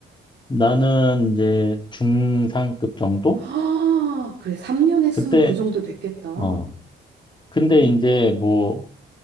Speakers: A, on the left; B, on the right.
A: 나는 이제 중상급 정도?
B: 아, 그래. 3년 했으면
A: 그때
B: 그 정도 됐겠다.
A: 어 근데
B: 음,
A: 이제 뭐